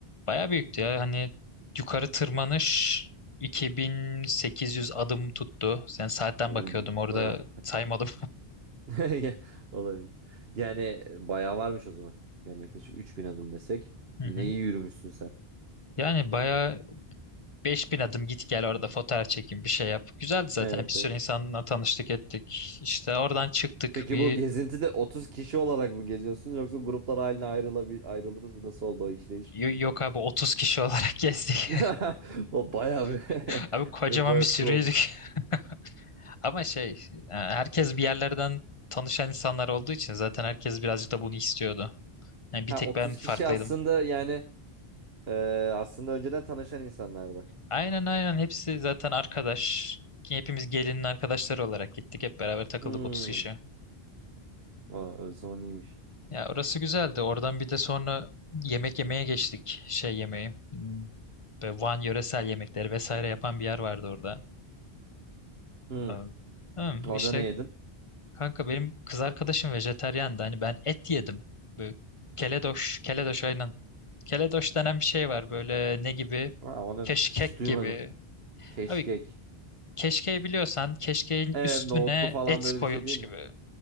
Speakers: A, on the left (about 35°); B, on the right (about 75°).
A: Bayağı büyüktü ya. Hani yukarı tırmanış 2800 adım tuttu. Sen saatten
B: Hmm,
A: bakıyordum orada
B: Bayağı.
A: saymadım.
B: <laughs> Olabilir. Yani e, bayağı varmış o zaman. Yani yaklaşık 3000 adım desek.
A: <laughs> Hı
B: Yine
A: hı.
B: iyi yürümüşsün sen.
A: Yani bayağı 5000 adım git gel orada fotoğraf çekin bir şey yap. Güzeldi zaten
B: Evet
A: bir sürü
B: evet.
A: insanla tanıştık ettik. İşte oradan çıktık
B: Peki
A: bir
B: bu gezintide 30 kişi olarak mı geziyorsunuz yoksa gruplar haline ayrılabil ayrıldınız mı? Nasıl oldu o işleyiş?
A: yo- yok abi 30 kişi olarak <laughs> gezdik.
B: <laughs> O bayağı bir
A: <laughs> Abi kocaman
B: <laughs> evet bayağı
A: bir sürüydük.
B: tur olmuş.
A: <laughs> Ama şey e, herkes bir yerlerden tanışan insanlar olduğu için zaten herkes birazcık da bunu istiyordu. Yani bir
B: Ha
A: tek
B: 30
A: ben farklıydım.
B: kişi aslında yani e, aslında önceden tanışan insanlardı.
A: Aynen aynen hepsi zaten arkadaş. Hepimiz gelinin arkadaşları olarak gittik. Hep beraber takıldık
B: Hmm.
A: 30 kişi.
B: Aa, o zaman iyiymiş.
A: Ya orası güzeldi. Oradan bir de sonra yemek yemeye geçtik. Şey yemeği. Hmm, Böyle Van yöresel yemekleri vesaire yapan bir yer vardı orada.
B: Hmm.
A: Am- am,
B: Orada
A: işte
B: ne yedin?
A: kanka benim kız arkadaşım vejetaryandı. Hani ben et yedim. Böyle keledoş, keledoş aynen. Keledoş denen bir şey var. Böyle ne gibi?
B: Aa, onu
A: Keşkek
B: hiç duymadım.
A: gibi.
B: <laughs> Keşkek.
A: Abi Keşkeği biliyorsan keşkeğin
B: Evet
A: üstüne
B: nohutlu falan
A: et
B: böyle
A: koyulmuş
B: bir şey değil
A: gibi.
B: mi?